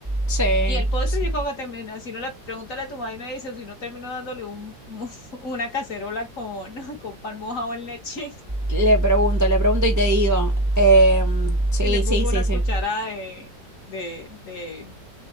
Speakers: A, on the right (about 20°); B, on the left (about 50°).
A: Sí.
B: Y el postre,
A: sí.
B: yo creo que termina, si no le pregúntale a tu mamá y me dice, si no termino dándole un, <laughs> una cacerola con, <laughs> con pan mojado en leche
A: Le pregunto, le pregunto y te digo. Eh, sí,
B: y le pongo
A: sí, sí,
B: una cucharada
A: sí.
B: de, de, de,